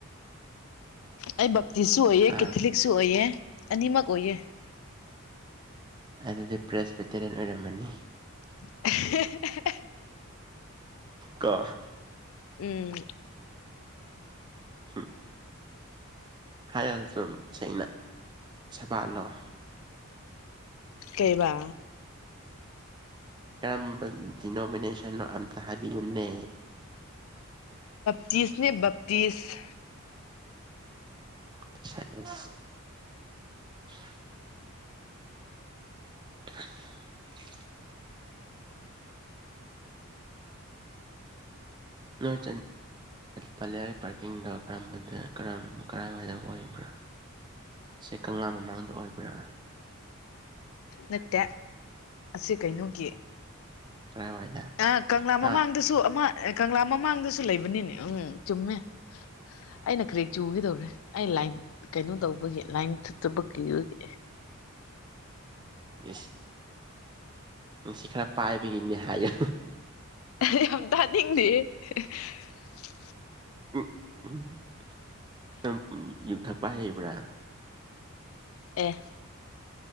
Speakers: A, on the left; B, on the right.
A: ꯑꯩꯕ ꯇꯤꯁꯨ ꯑꯣꯏꯑꯦ
B: ꯍꯥ
A: ꯀꯦꯊꯂꯤꯛꯁꯨ ꯑꯣꯏꯑ ꯑꯅꯤꯃꯛ ꯑꯣꯏꯑꯦ
B: ꯑꯗꯨꯗꯤ ꯄ꯭ꯔꯦꯁ ꯦꯇꯔꯤꯟ ꯑꯣꯏꯔꯝꯃꯅꯤ
A: <unintelligible>
B: ꯀꯥ
A: ꯎꯝ
B: ꯎꯝ ꯍꯥꯏꯔ ꯑꯗꯨꯝ ꯁꯦꯡꯩꯅ ꯁꯦꯕꯥꯠꯂꯣꯑꯣ
A: ꯀꯩꯕꯥ
B: ꯀꯔꯝꯕ ꯗꯤꯅꯣꯃꯤꯅꯦꯁꯟꯅꯣ ꯑꯝꯇ ꯍꯥꯏꯕꯤꯌꯨꯅꯦ
A: ꯇꯤꯁꯅꯦ ꯇꯤꯁ
B: <unintelligible> <unintelligible> ꯅꯣꯏ ꯄꯂ ꯄꯥꯔꯀꯤꯡꯗꯣ ꯀꯔꯝꯕꯗ ꯀꯔꯝ ꯀꯔꯥꯏꯋꯥꯏꯗ ꯑꯣꯏꯕ꯭ꯔꯥ ꯁꯦ ꯀꯪꯂꯥ ꯃꯃꯥꯡꯗ ꯑꯣꯏꯕ꯭ꯔꯥ
A: ꯅꯠꯇꯦ ꯑꯁꯤ ꯀꯩꯅꯣꯒꯤ
B: ꯀꯔꯥꯏꯋꯥꯏꯗ
A: ꯑ ꯀꯪꯂꯥ ꯃꯃꯥꯡꯗꯁꯨ
B: ꯍꯥ
A: ꯑꯃ ꯑꯦ ꯀꯪꯂꯥ ꯃꯃꯥꯡꯗꯁꯨ ꯂꯩ ꯅꯤꯅꯦ ꯎꯝ ꯆꯨꯝꯃꯦ ꯑꯩꯅ ꯀꯔꯤꯦꯛ ꯆꯨꯈꯤꯗꯧꯔꯦ ꯑꯩ ꯂꯥꯏꯟ ꯀꯩꯅꯣ ꯇꯧꯕꯒꯤ ꯂꯥꯏꯟ ꯊꯠꯇꯕ ꯀꯤꯕꯒꯤ
B: ꯁ ꯉ ꯁꯤ ꯈꯔ ꯄꯥꯏꯕꯒꯤꯅꯦ ꯍꯥꯏꯌꯦ
A: ꯍꯩ ꯌꯥꯝ ꯇꯥꯅꯤꯡꯗꯤꯌꯦ ꯍ <inaudible>
B: ꯎꯝ ꯎꯝꯋꯨꯝ ꯅꯪ ꯎꯝ ꯌꯨ ꯊꯛ ꯄꯥꯏ ꯍꯩꯕꯔꯥ
A: ꯑꯦ